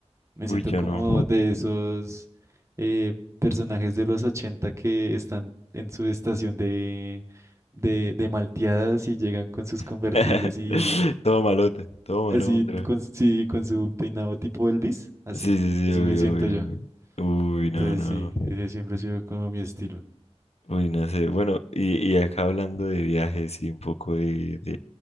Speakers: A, on the right; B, on the left.
A: Me siento
B: uy, yo
A: como
B: no.
A: de esos eh, personajes de los 80 que están en su estación de, de, de malteadas y llegan con sus convertibles
B: <laughs>
A: y
B: Todo malote, todo malandro.
A: Así con, sí, con su peinado tipo Elvis, así,
B: Sí, sí, sí,
A: así
B: obvio,
A: me siento
B: obvio,
A: yo.
B: obvio. Uy,
A: Entonces
B: no, no.
A: sí, ese siempre ha sido como mi estilo.
B: Uy, no sé. Bueno, y, y acá hablando de viajes y un poco de, de,